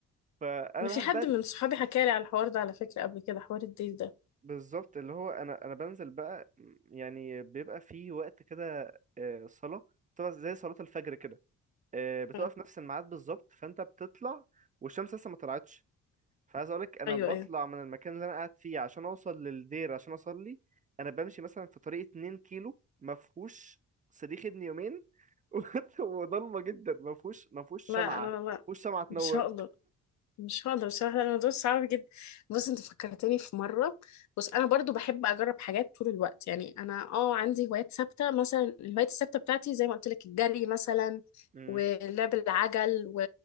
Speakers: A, on the right; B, on the left.
A: فانا
B: انا
A: بحب
B: في حد
A: بقى
B: من صحابي حكى لي على الحوار ده على فكرة قبل كده حوار الديل ده
A: بالظبط اللي هو انا انا بنزل بقى يعني بيبقى في وقت كده آه، صلاه طبعا زي صلاه الفجر كده آه، بتبقى
B: أمم.
A: في نفس الميعاد بالظبط فانت بتطلع والشمس لسه ما طلعتش فعايز اقولك انا
B: ايوه
A: بطلع
B: ايوه
A: من المكان اللي انا قاعد فيه عشان اوصل للدير عشان اصلي انا بمشي مثلا في طريق 2 كيلو ما فيهوش صريخ ابن يومين <laughs> وضلمه جدا ما فيهوش ما فيهوش
B: لا
A: شمعه
B: لا
A: ما
B: لا
A: فيهوش شمعه تنور
B: ما شاء الله مش هقدر بصراحة لأن الموضوع صعب جدا بص انت فكرتني في مرة بص انا برضو بحب اجرب حاجات طول الوقت يعني انا اه عندي هوايات ثابتة مثلا الهوايات الثابتة بتاعتي زي ما قلت لك الجري مثلا
A: امم
B: ولعب العجل و...